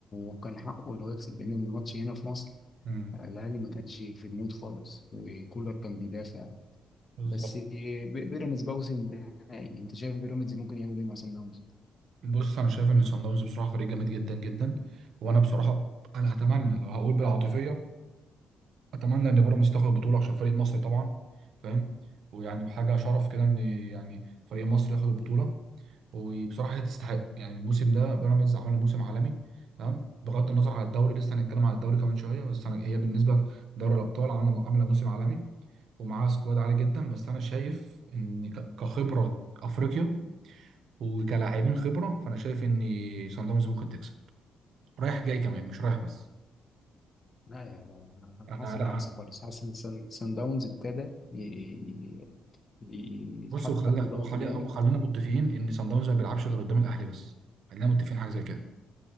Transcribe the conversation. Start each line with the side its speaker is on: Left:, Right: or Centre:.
Left: وكان حقه اللي هو يكسب لان الماتش هنا في مصر
Right: مم.
Left: آه، الاهلي ما كانش في المود خالص وكولر كان بيدافع
Right: بالظبط
Left: بس آه، بي- بيراميدز بقى وصل النهائي انت شايف بيراميدز ممكن يعمل ايه مع سان داونز؟
Right: بص انا شايف ان صن داونز بصراحه فريق جامد جدا جدا وانا بصراحه انا اتمنى لو هقول بالعاطفيه اتمنى ان بيراميدز تاخد البطوله عشان فريق مصري طبعا فاهم ويعني حاجه شرف كده ان يعني فريق مصر ياخد البطوله وبصراحه هي تستحق يعني الموسم ده بيراميدز عمل موسم عالمي تمام بغض النظر عن الدوري لسه هنتكلم عن الدوري كمان شويه بس انا هي بالنسبه في دوري الابطال عامله عامله موسم عالمي ومعاها سكواد عالي جدا بس انا شايف ان ك- كخبره افريقيا وكلاعبين خبره فانا شايف ان صن داونز ممكن تكسب رايح جاي كمان مش رايح بس
Left: لا يا لا، لا، انا
Right: انا
Left: حاسس
Right: لا
Left: بالعكس خالص حاسس ان سان سان داونز ابتدى ي- ي- ي- يتحط
Right: بص وخلينا
Left: تحت ضغط
Right: وخلينا
Left: جامد
Right: وخلينا متفقين ان صن داونز ما بيلعبش غير قدام الاهلي بس خلينا متفقين حاجه زي كده